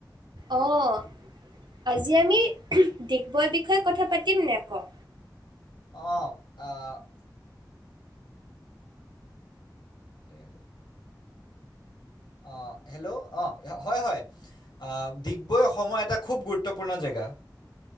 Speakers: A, on the right; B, on the left.
A: অ', আজি আমি ডিগবৰ বিষয়ে কথা পাতিমনে আকৌ।
B: অ', আহ <unintelligible> অ', হেল্ল'। অ', হয়, হয়। আহ, ডিগবৈ অসমৰ এটা খুব গুৰুত্বপূৰ্ণ জেগা।